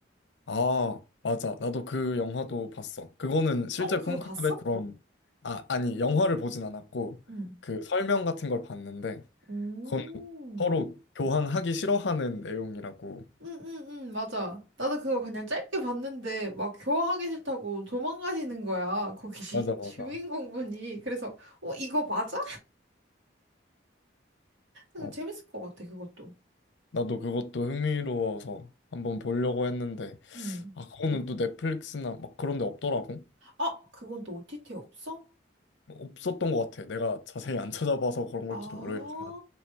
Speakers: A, on the left; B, on the right.
A: 아, 맞아. 나도 그 영화도 봤어. 그거는 실제
B: 어, 그거
A: 콘클라베
B: 봤어?
A: 드럼, 아, 아니, 영화를 보진 않았고,
B: 응.
A: 그 설명 같은 걸 봤는데,
B: 음.
A: 그건 서로 교황하기 싫어하는 내용이라고.
B: 응, 응, 응, 맞아. 나도 그거 그냥 짧게 봤는데, 막 교화하기 싫다고 도망가시는 거야. 거기 <laughs>
A: 맞아, 맞아.
B: 주인공분이. 그래서, 어, 이거 맞아? 응,
A: 어,
B: 재밌을 것 같아, 그것도.
A: 나도 그것도 흥미로워서 한번 보려고 했는데,
B: 응.
A: 아, 그거는 또 넷플릭스나 막 그런 데 없더라고.
B: 아, 그건 또 OTT 없어?
A: 없었던 것 같아. 내가 자세히 안 찾아봐서 그런 걸지도
B: 아,
A: 모르겠지만,